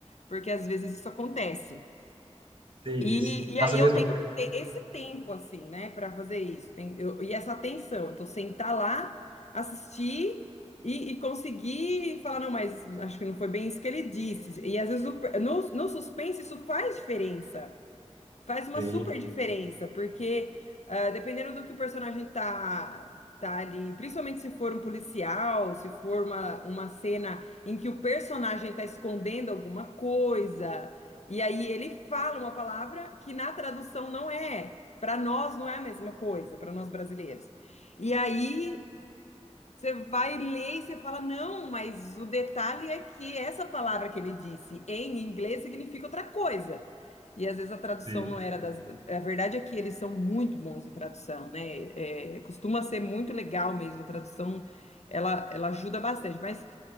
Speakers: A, on the left; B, on the right.
A: Porque às vezes isso acontece.
B: Sim,
A: E,
B: isso.
A: e
B: Faço
A: aí
B: a
A: eu
B: mesma
A: tenho
B: coisa.
A: te- esse tempo, assim, né, para fazer isso. Tem- eu- e essa atenção. Então, sentar lá, assistir e, e conseguir falar, não, mas acho que não foi bem isso que ele disse. E às vezes o- no, no suspense isso faz diferença faz uma
B: Sim,
A: super diferença, porque ah, dependendo do que o personagem tá, tá ali, principalmente se for um policial, se for uma, uma cena em que o personagem tá escondendo alguma coisa, e aí ele fala uma palavra que na tradução não é. Para nós não é a mesma coisa, para nós brasileiros. E aí você vai ler e você fala, não, mas o detalhe é que essa palavra que ele disse em inglês significa outra coisa. E às vezes a tradução
B: sim.
A: não era das. A verdade é que eles são muito bons em tradução, né? É, costuma ser muito legal mesmo. A tradução ela, ela ajuda bastante. Mas